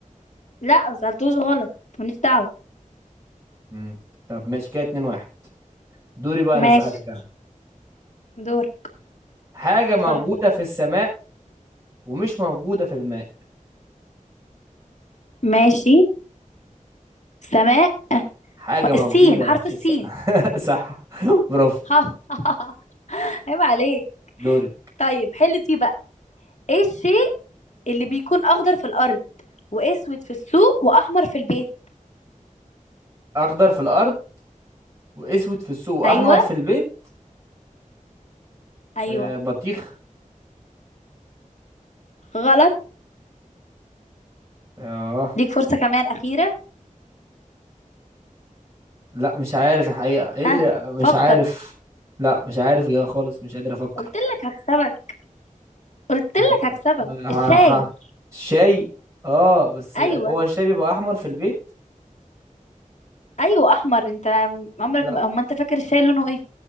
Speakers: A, on the left; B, on the right.
A: لا ما سالتوش غلط ماليش دعوه
B: مم. طب ماشي كده اتنين واحد دوري بقى
A: ماشي
B: انا اسألك انا
A: دور
B: حاجة موجودة
A: اتفضل
B: في السماء ومش موجودة في الماء
A: ماشي سماء
B: حاجة
A: و-
B: موجودة
A: السين حرف
B: في
A: السين
B: السماء <laughs> صح <laughs> برافو
A: ها <laughs> عيب عليك
B: دوري
A: طيب حل دي بقى ايه الشيء اللي بيكون اخضر في الارض واسود في السوق واحمر في البيت
B: اخضر في الارض واسود في السوق
A: ايوه
B: واحمر في البيت
A: ايوه
B: آه بطيخ
A: غلط
B: اه
A: ليك فرصه كمان اخيره
B: لا مش عارف الحقيقة ايه
A: ها
B: اللي
A: فكر
B: مش عارف لا مش عارف يا خالص مش قادر افكر
A: قلت لك هكسبك قلت
B: ما-
A: لك هكسبك
B: ما-
A: الشاي
B: ح- شاي اه بس
A: ايوه
B: هو الشاي بيبقى احمر في البيت
A: ايوه احمر انت عمرك
B: لا
A: ما أما انت فاكر الشاي لونه ايه